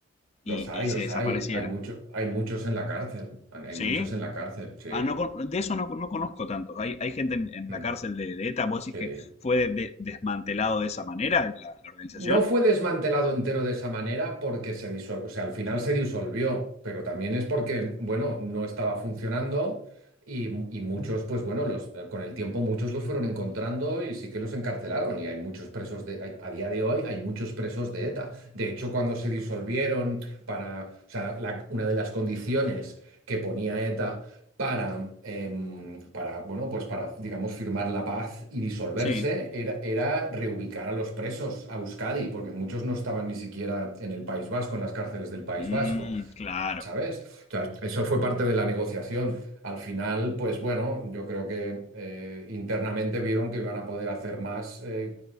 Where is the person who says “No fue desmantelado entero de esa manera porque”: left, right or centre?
Right